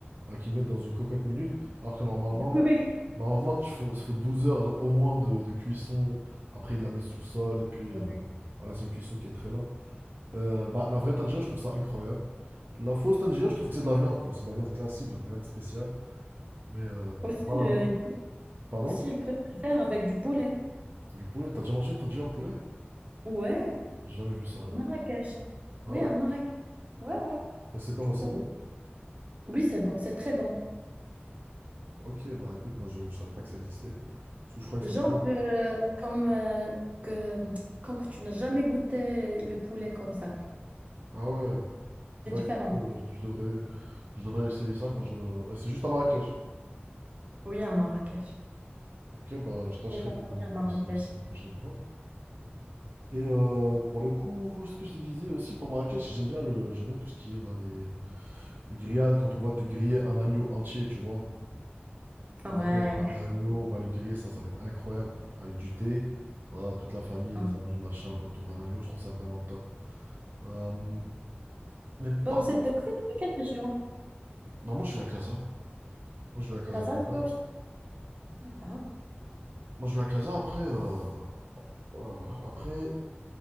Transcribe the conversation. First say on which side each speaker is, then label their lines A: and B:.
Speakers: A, on the right; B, on the right.
A: Bah, qu'ils mettent dans une cocotte minute. Alors que normalement,
B: <laughs> Oui.
A: normalement, il faut, faut 12 heures au moins de, de cuisson. Après, ils la mettent sous le sol. Et puis,
B: Ouais.
A: euh, voilà, c'est une cuisson qui est très lente. Euh, bah, la vraie tangia je trouve ça incroyable. La fausse tangia je trouve que c'est de la viande, quoi. C'est de la viande classique, genre rien de spécial. Mais euh,
B: Aussi,
A: voilà,
B: le,
A: l'autre. Pardon?
B: aussi, il peut le faire avec du poulet.
A: Du poulet? T'as déjà mangé une tangia au poulet?
B: Ouais,
A: J'ai jamais vu ça, moi.
B: au Marrakech. Oui,
A: Ah ouais?
B: à Marrakech. Ouais, ouais,
A: Et c'est comment?
B: tu
A: C'est
B: peux.
A: bon?
B: Oui, c'est bon, c'est très bon.
A: Ok, bah écoute, moi je, je savais pas que ça existait. Parce que je crois que
B: Genre
A: c'était vraiment.
B: que, comme, euh, que, comme que tu n'as jamais goûté le poulet comme ça.
A: Ah ouais,
B: C'est
A: bah
B: différent.
A: écoute, euh, je, je devrais, je devrais essayer ça quand je. re- Ouais, c'est juste à Marrakech.
B: Oui, à Marrakech.
A: Ok, bah je tâcherai
B: J'ai de la
A: de-
B: famille à Marrakech.
A: d'essayer ça la prochaine fois. Et euh, pour le coup, ce que je te disais aussi pour Marrakech, j'aime bien le, j'aime bien tout ce qui est là, les, les grillades, quand on va te griller un agneau entier, tu vois.
B: Ouais.
A: On va te mettre un agneau, on va le griller, ça, ça va être incroyable, avec du thé. Voilà, toute la famille,
B: Hein.
A: les amis, machin, autour d'un agneau, je trouve ça vraiment top. Euh, mais par
B: Bah, vous
A: contre,
B: êtes de, que- de quelle région?
A: Bah moi je vais à Casa. Moi je vais à Casablanca.
B: Casa, toi aussi? D'accord.
A: Moi je vais à Casa après euh, euh, après